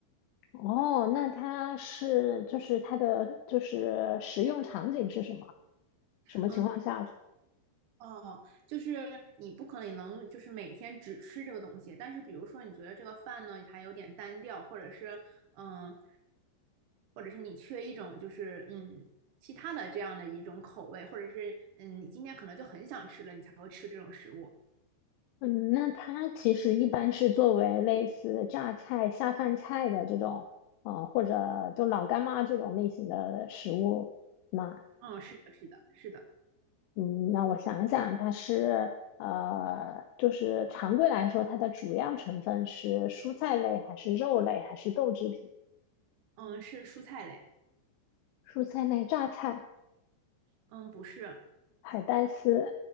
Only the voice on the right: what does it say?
嗯哦，就是你不可能能就是每天只吃这个东西，但是比如说你觉得这个饭呢，它有点单调，或者是嗯，或者是你缺一种就是嗯其他的这样的一种口味，或者是嗯你今天可能就很想吃了，你才会吃这种食物。
嗯，是的，是的，是的，
嗯，是蔬菜类，
嗯，不是，